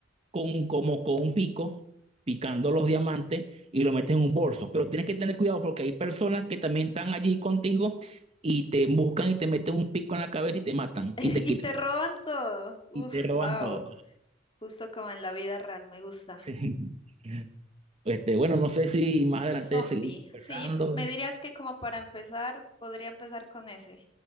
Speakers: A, on the right; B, on the left.
A: con, como con un pico, picando los diamantes y lo metes en un bolso. Pero tienes que tener cuidado porque hay personas que también están allí contigo y te buscan y te meten un pico en la cabeza y te matan
B: <laughs>
A: y te
B: Y
A: quitan
B: te roban todo. Uf,
A: y te roban
B: wow.
A: todo.
B: Justo como en la vida real, me gusta.
A: <laughs> Este, bueno, no sé si más adelante
B: Zombie.
A: seguimos conversando.
B: Sí, me dirías que como para empezar, podría empezar con ese.